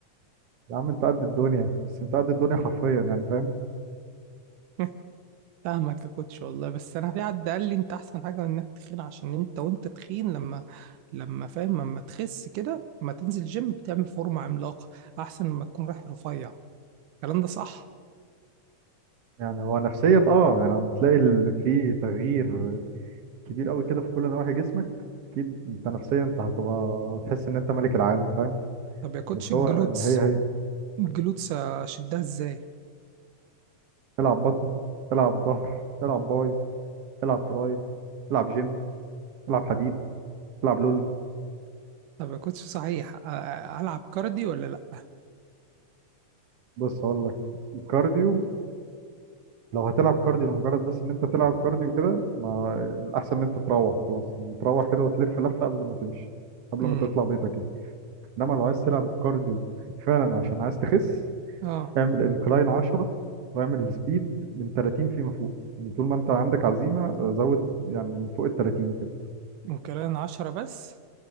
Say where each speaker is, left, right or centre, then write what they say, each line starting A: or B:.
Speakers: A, on the right (about 55°); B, on the right (about 85°).
A: يا عم انت قد الدنيا بس انت قد الدنيا حرفيا يعني فاهم
B: <laughs> فاهمك يا كوتش والله بس انا في حد قال لي انت احسن حاجه انك تخين عشان انت وانت تخين لما لما فاهم لما تخس كده لما تنزل جيم بتعمل فورمه عملاقه احسن ما تكون رايح رفيع الكلام ده صح
A: يعني هو نفسيا اه يعني لما تلاقي ال- في تغيير كبير قوي كده في كل نواحي جسمك اكيد انت نفسيا انت هتبقى هتحس ان انت ملك العالم فاهم
B: طب يا كوتش
A: بس
B: الجلوتس
A: هو يعني هي هي
B: الجلوتس اشدها ازاي
A: العب بطن العب ظهر العب باي العب تراي العب جيم العب حديد العب لول
B: طب يا كوتش صحيح أ- أ- العب كارديو ولا لا
A: بص هقول لك الكارديو لو هتلعب كارديو لمجرد بس ان انت تلعب كارديو كده ما الاحسن ان انت تروح خلاص يعني تروح كده وتلف لفة قبل ما تمشي قبل
B: امم
A: ما تطلع بيتك يعني. انما لو عايز تلعب كارديو فعلا عشان عايز تخس
B: اه
A: اعمل انكلاين 10 واعمل سبيد من 30 فيما فوق يعني طول ما انت عندك عزيمه زود يعني من فوق ال 30 وكده
B: ممكن 10 بس